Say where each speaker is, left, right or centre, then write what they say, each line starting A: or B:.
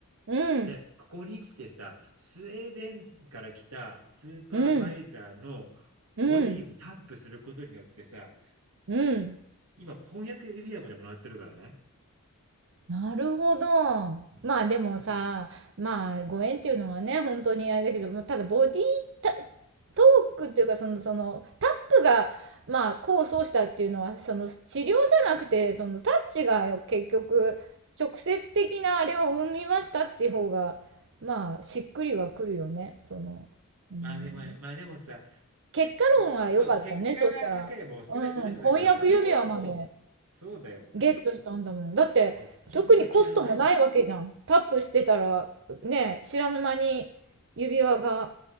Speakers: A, on the right; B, on the right.
A: うん。
B: で、ここに来てさ、スウェーデンから来たスーパーバイザーの
A: うん。うん。
B: ボディをタップすることによってさ、
A: うん。
B: 今、婚約指輪までもらってるからね。
A: なるほど。
B: うん。
A: まあでもさ、まあご縁っていうのはね、本当にあれだけど、もただボディータトークっていうか、その、その、タップが、まあ、功を奏したっていうのは、その、治療じゃなくて、その、タッチが結局、直接的なあれを生みましたっていう方が、まあ、しっくりはくるよね、その、うん。
B: まあでも、まあでもさ、
A: 結果論は良かったね、
B: そう、結果が良ければもう全て嘘だから、
A: そうしたら。うん、婚約指輪まで。
B: 方法はもう、そうだよ。
A: ゲットしたんだもん。だって、
B: もう、キンラキラのね、
A: 特にコストもないわけじゃん。タップしてたら、ね、知らぬ間に指輪が、